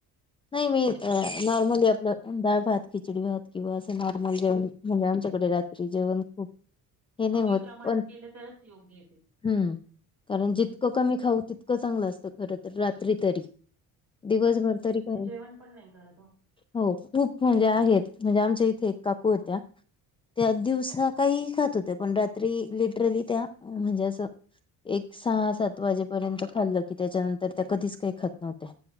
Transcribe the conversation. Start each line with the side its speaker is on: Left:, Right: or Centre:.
Left: नाही मी नॉर्मल ह्यातलं. डाळ भात, खिचडी भात किंवा असं नॉर्मल जेवण म्हणजे आमच्याकडे रात्री जेवण खूप हे नाही
Right: कमी
Left: होत
Right: प्रमाणात
Left: पण
Right: केलं तरच योग्य आहे ते
Left: <inaudible> हम्म कारण
Right: हम्म
Left: जितकं
Right: हम्म.
Left: कमी खाऊ ति तकं चांगलं असत खर तर रात्री तरी दिवसभर तरी काय
Right: मी जेवण पण नाही करत हो.
Left: हो खूप म्हणजे आहेत म्हणजे आमच्या इथे एक काकू होत्या त्या दिवसा काही खातं होत्या पण रात्री लिटरली त्या म्हणजे असं
Right: ह्
Left: एक सहा सात वाजेपर्यंत, खाल्लं की त्याच्यानंतर त्या कधीचं काही खातं नव्हत्या.